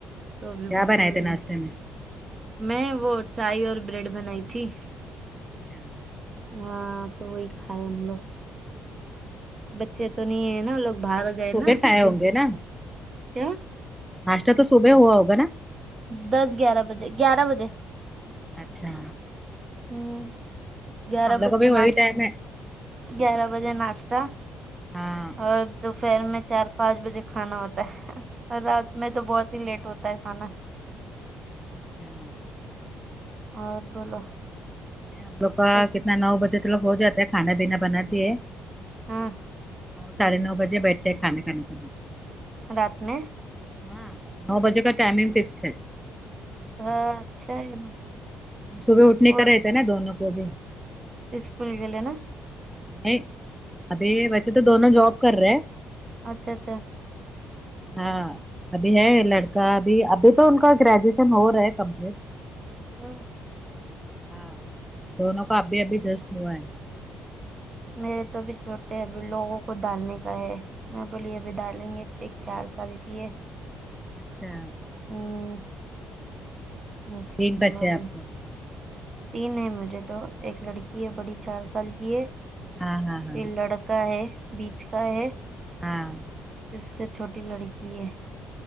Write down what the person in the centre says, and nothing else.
کیا
بنائے
تھے
ناشتے میں
اچھا
صبح
کھائے
ہوں گے نا
ناشتہ تو صبح ہوا ہوگا نا
اچھا
ہم لوگ
کو بھی
وہی ٹائم ہے
ہاں
اچھا
ہم لوگ کا
کتنا نو بجے تو لوگ ہو جاتے ہے کھانا دینا بناتی ہے
ساڑھے نو بجے بیٹھتے ہیں کھانا کھانے کے لیے
ہاں نو بجے کا ٹائمنگ فکس ہے
صبح اٹھنے
کا رہتے ہیں نا دونوں کو بھی
نہیں ابھی ویسے تو دونوں جاب کر رہے
ہاں ابھی ہے لڑکا ابھی ابھی تو ان کا گریجویشن ہو رہا ہے کمپلیٹ
ہاں دونوں کا ابھی ابھی جسٹ ہوا ہے
اچھا
تین بچے
آپ کو
ہاں ہاں ہاں
ہاں